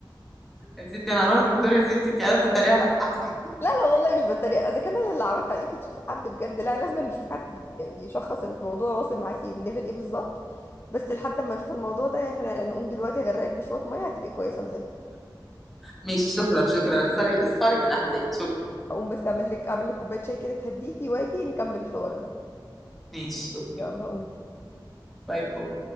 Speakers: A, in the centre; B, on the left.
A: يا ستي انا هروح للدكتور يا ستي انت قاعده بتتريقي على احزان
B: لا لا والله مش بتريق اذا كان انا اللي عرضت عليكي تشوفي حد بجد لا لازم نشوف حد ي- يشخص الموضوع واصل معاكي الليفل ايه بالظبط بس لحد ما نشوف الموضوع ده يعني احنا نقوم دلوقتي اغرقك بشويه ميه هتبقي كويسه وزي
A: ماشي شكرا شكرا اختاري اختاري من أحزاني شكرا
B: اقوم بس اعمل لك اعمل لك كوبايه شاي كده تهديكي واجي نكمل الحوار ده
A: ماشي أوكي
B: يلا قومي
A: باي باي